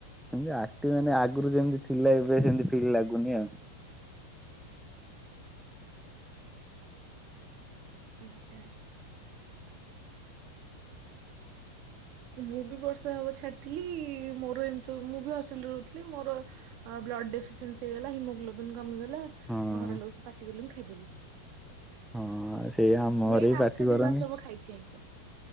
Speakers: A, in the centre; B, on the right.
A: ସେମତି ଆକ୍ଟିଭ୍ ମାନେ ଆଗରୁ ଯେମିତି ଥିଲା ଏବେ ସେମିତି ଫିଲ୍ ଲାଗୁନି ଆଉ।
B: ଆଚ୍ଛା। ମୁଁ ବି ବର୍ଷା ହବ ଛାଡିଥିଲି ମୋର ଏମିତି ସବୁ ମୁଁ ବି ହଷ୍ଟେଲରେ ରହୁଥିଲି ମୋର ବ୍ଲଡ ଡେଫିସିଏନ୍ସି ହେଇଗଲା ହିମୋଗ୍ଲୋବନ୍ କମିଗଲା
A: ହଁ।
B: ଘର ଲୋକ ସବୁ ପାଟିକଲେ ମୁଁ ଖାଇଦେଲି।
A: ହଁ। ସେଇ ଆମ
B: ମୁଁ
A: ଘରେ
B: ଏଇ
A: ବି
B: ମାସ
A: ପାଟି କରନ୍ତି।
B: ଦି ମାସ ହବ ଖାଇଛି ଆଇଁଷ।